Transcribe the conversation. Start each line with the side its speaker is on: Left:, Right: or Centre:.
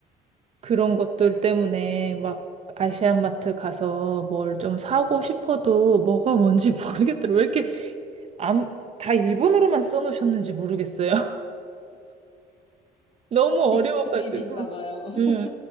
Right: 그런 것들 때문에 막 아시안마트 가서 뭘 좀 사고 싶어도 뭐가 뭔지 <laughs> 모르겠더라고요. 왜 이렇게 암, 다 일본어로만 써놓으셨는지 모르겠어요. <laughs> 너무 어려워가지고.
Left: 직수입인가 봐요. <laughs>
Right: 음.